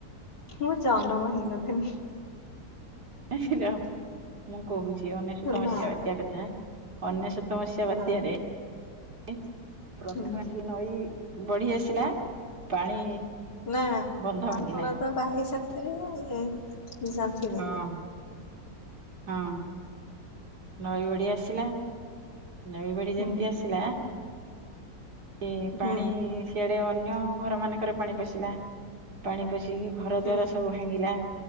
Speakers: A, on the left; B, on the right.
A: ମୁଁ ଜନମ ହେଇନଥିଲି।
B: ଏଁ-ରହ୍ ମୁଁ କହୁଚି ଅନେଶତ ମସିହା
A: ନା
B: ବାତ୍ୟା
A: ନା
B: କଥା। ଅନେଶତ ମସିହା ବାତ୍ୟାରେ
A: ହଁ
B: ଏ ପ୍ରଥମେ
A: ହୁଁ
B: ସେ ନଈ ବଢି ଆସିଲା ପାଣି
A: ନା
B: ବନ୍ଧ ଭାଙ୍ଗିଲା
A: ଆପଣ ତ ବାହା ହେଇ ସାରିଥିବେ ଉଁ ଜାଣ୍
B: ହଁ- ହଁ ନଈ ବଢ଼ି ଆସିଲା ନଈ ବଢି
A: ହୁଁ
B: ଯେମିତି ଆସିଲା କି ପାଣି
A: ହୁଁ
B: ସିଆଡେ ଅନ୍ୟ ଘର ମାନଙ୍କରେ ପାଣି ପଶିଲା ପାଣି ପଶିକି ଘର
A: ହୁଁ
B: ଦ୍ଵାର ସବୁ ଭାଙ୍ଗ୍ ଙ୍ଗିଲା